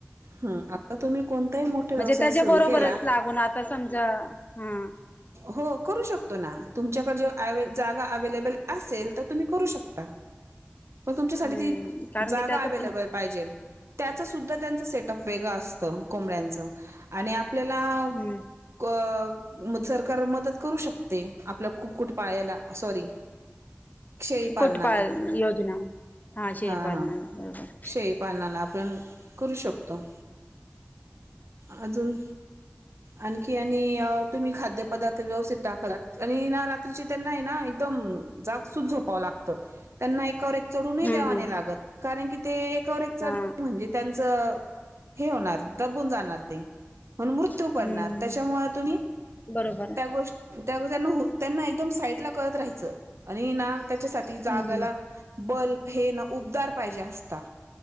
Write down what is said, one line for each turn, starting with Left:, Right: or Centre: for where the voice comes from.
Right: हूं आता तुम्ही कोणताही मोठा व्यवसाय
Left: म्हणजे त्याच्या
Right: सुरु
Left: बरोबरच
Right: केला.
Left: लागून आता समजा हूं!
Right: हो करू शकतो ना तुमच्याकडे जे जागा अवेलेबल असेल त तुम्ही करू शकता.
Left: <inaudible>
Right: मग तुमच्यासाठी
Left: हम्म
Right: ती
Left: कारण
Right: जागा
Left: की त्याच
Right: अवेलेबल
Left: पण
Right: पाहिजे. त्याचं सुद्धा त्यांचं सेटअप वेगळं असतं कोंबड्यांचं आणि आपल्याला
Left: हम्म
Right: कोअ म सरकार मदत करू शकते आपल्या कुकुट पायाला सॉरी शेळी
Left: कुक्कुट
Right: पालनाला
Left: पाळ योजना. शेळीपालनाला
Right: हा हा
Left: बरोबर
Right: शेळी पालनाला आपण करू शकतो अजून आणखी आणि तुम्ही खाद्य पदार्थ व्यवस्थित टाकला, आणि ना रात्रीचे त्यांना आहे ना एकदम जागसूत झोपावं लागत. त्यांना एकावर एक चढूनही
Left: हम्म
Right: देवाने
Left: हम्म
Right: लागत कारण की ते एकावर एक चढ
Left: हा
Right: म्हणजे. त्यांचं हे होणार दबून जाणार ते. म्हणून मृत्यू
Left: हम्म
Right: पडणार त्याच्यामुळे तुम्ही
Left: बरोबर. आहे
Right: होश त्याआगोद त्यांना त्यांना एकदम साईट ला करत राहायचं आणी नां त्याचा साठ ती जागाला
Left: हम्म
Right: बल्ब हे ना उबदार पाहिजे असता.